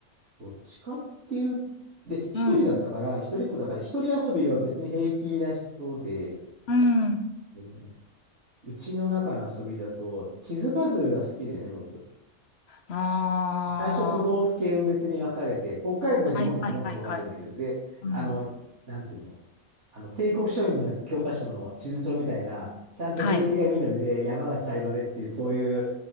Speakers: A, on the right (about 60°); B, on the left (about 55°).
A: どっちかっていう、で、一人だったから、
B: うん、
A: 一人っ子だから、一人遊びは別に平気な人で、
B: うん。
A: でね、うちの中の遊びだと、地図パズルが好きでね、僕。
B: あ
A: 最初、都道府県別に分かれて、北海道だけもっと細かく分かれてるんだけど、
B: あ、はいはいはいはい。
A: で、
B: うん。
A: あの、なんていうのあの、帝国書院の教科書の地図帳みたいな、ちゃんと平地が緑で山が茶色でっていう、
B: はい。
A: そういう